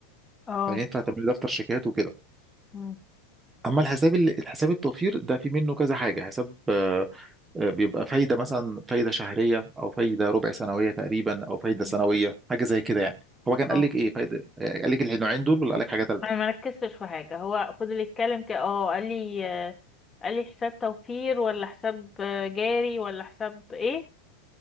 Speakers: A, on the left; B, on the right.
A: اه
B: يعني ينفع تعملي دفتر شيكات وكده
A: مم.
B: اما الحساب ال- الحساب التوفير ده في منه كذا حاجه حساب آه، آه، بيبقى فايدة مثلا فايدة شهرية أو فايدة ربع سنوية تقريبا أو فايدة
A: مم.
B: سنوية حاجة زي كده يعني هو كان
A: اه
B: قال لك إيه فايدة آه، قال لك النوعين دول ولا قال لك حاجة تالتة
A: انا ما ركزتش في حاجه هو فضل يتكلم كده اه قال لي آه، قال لي حساب توفير ولا حساب آه، جاري ولا حساب ايه